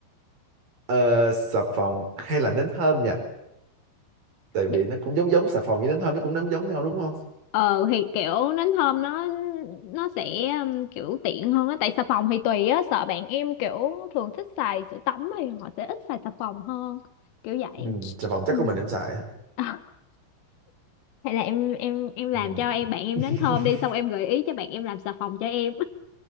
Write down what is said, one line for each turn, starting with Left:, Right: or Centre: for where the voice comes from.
Right: Ờ, xà phòng hay là nến thơm nha. Tại vì
Left: Để-
Right: nó cũng giống giống xà phòng với nến thơm nó cũng nấm giống nhau đúng không?
Left: Ờ thì kiểu nến thơm nó nó sẽ um, kiểu tiện hơn á tại xà phòng thì tùy á sợ bạn em kiểu thường thích xài sữa tắm thì họ sẽ ít xài xà phòng hơn kiểu vậy
Right: Ừm, xà phòng chắc
Left: ừ
Right: có mình em xài.
Left: <laughs> hay là em em em làm
Right: Ừm.
Left: cho em bạn em
Right: <laughs>
Left: đến thơm đi xong em gợi ý cho bạn em làm xà phòng cho em